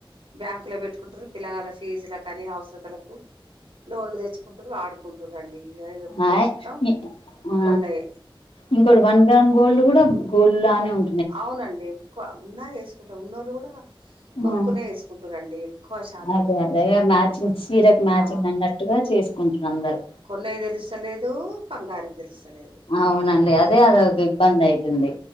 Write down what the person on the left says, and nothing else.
ఆయ్
ఆ
ఇంకోటి వన్ గ్రామ్ గోల్డ్ కూడా గోల్డ్ లానే ఉం
ఆ
అదే అదే ఇగ మ్యాచింగ్ సీరక్ మ్యాచింగ్
అన్నట్టు టుగా చేసుకుంటున్నా అందరు
అవునండి అదే అదొక ఇబ్బంది అయితుంది